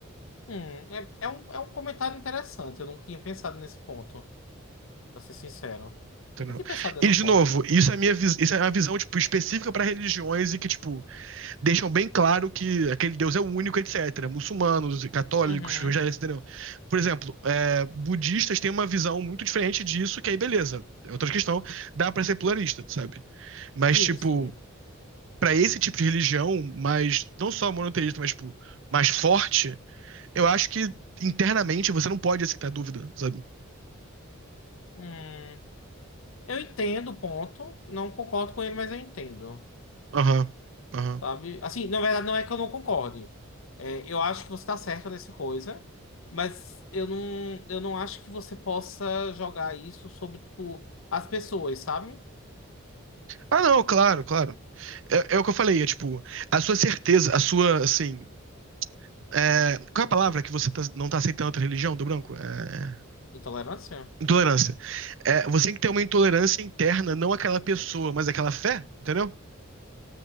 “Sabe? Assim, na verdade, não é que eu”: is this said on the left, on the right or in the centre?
Left